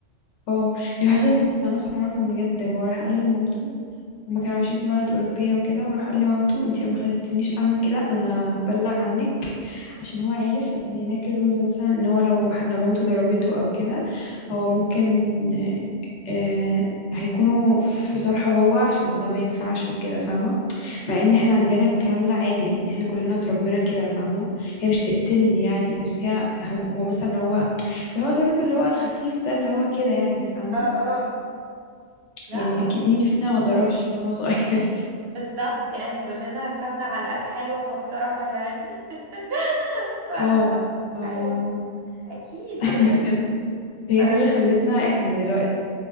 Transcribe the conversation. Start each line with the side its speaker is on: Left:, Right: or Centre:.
Left: اه دي حصلت مع ناس اعرفهم بجد هو راح قال لمامته هما كانوا عايشين في بلد أوروبية وكده وراح قال لمامته انتي لو ما خلتنيش أعمل كده أنا هبلغ عنك عشان هو عارف ان هناك الرولز مثلا ان هو لو لو مامته ضربته أو كده هو ممكن آه، هيكونوا في صالحه هو عشان ده ما ينفعش وكده فاهمة مع ان احنا عندنا الكلام ده عادي يعني احنا كلنا اتربينا كده فاهمة هي مش تقتلني يعني بس هي هو هو مثلا اللي هو اللي هو ضرب اللي هو الخفيف ده اللي هو كده يعني فاهمة
Right: اه اه لا
Left: يعني
Right: هو
Left: اكيد مين فينا ما ضربش وهو صغير
Right: بالظبط يعني كلنا خدنا علقات حلوة ومحترمة يعني <laughs> ف
Left: اه ف
Right: يعني اكيد
Left: <laughs>
Right: يعني
Left: بجد هي
Right: ف-
Left: دي اللي خلتنا احنا دلوقتي